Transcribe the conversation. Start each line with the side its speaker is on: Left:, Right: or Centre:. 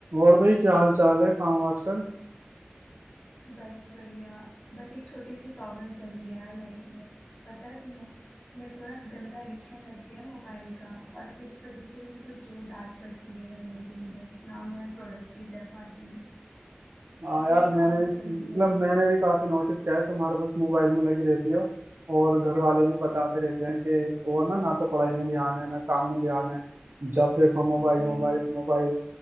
Right: और भाई क्या हाल चाल है कहाँ हो आजकल
Left: बस बढ़िया बस एक छोटी सी प्रॉब्लम चल रही है यार लाइफ में पता है तुम्हें मेरे को ना गंदा एडिक्शन लग गया है मोबाइल का और इस वजह से मेरे को जो डांट पड़ती है घर में दिन भर ना मैं प्रोडक्टिव रह पाती
Right: हाँ
Left: बस
Right: यार
Left: ये
Right: मैंने
Left: प्रॉब्लम
Right: भी
Left: चल रही
Right: मतलब
Left: है
Right: मैंने भी काफी नोटिस किया है तुम हर वक्त मोबाइल में लगी रहती हो और घर वाले भी बताते रहते हैं कि वो ना ना तो पढ़ाई में ध्यान है ना काम में ध्यान है जब देखो मोबाइल
Left: भाई
Right: मोबाइल मोबाइल